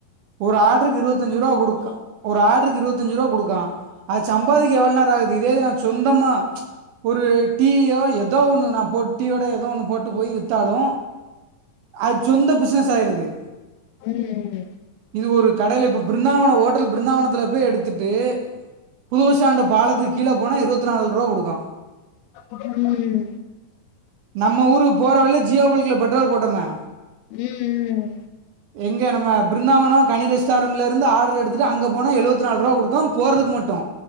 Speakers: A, on the right (about 80°); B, on the left (about 85°).
A: ஒரு ஆட்ருக்கு இருவத் தஞ்சுருவா குடுக்கா ஒரு ஆட்ருக்கு இருவத்தஞ்சுருவா குடுக்கா அது சம்பாதிக்க எவ்வள் நேர ஆகு து இதே நா சொந்தமா ஒரு டீயோ எதோ ஒன்னு நா போட் டீ வட எதோ ஒன்னு போட் டு போய் வித்தாலு அது சொந்த பிஸ்னஸ் ஆய்ருது
B: ம் ம்
A: இது ஒரு கடைல இப்ப ப்ருந்தாவனோ ஓட்டல் பப்ருந்தாவனத்துல போய் எடுத்துட்டு புது பஸ் ஸ்டாண்டு பாலத்துக்கீழ போனா இருவத்தி நால்ருவா குடுக்கா
B: ம்
A: நம்ம ஊருக்கு போற வழில ஜியோ பல்க்குல பெட்ரோல் போட்டமே
B: ம் ம்
A: எங்க நம்ம ப்ருந்தாவனோ கனி ரெஸ்ட்டாரண்ட்லிருந்து ஆட்ரு எடுத்துட்டு அங்க போனா எழுவத்து நால்ருவா குடுக்கா போறதுக்கு மட்டு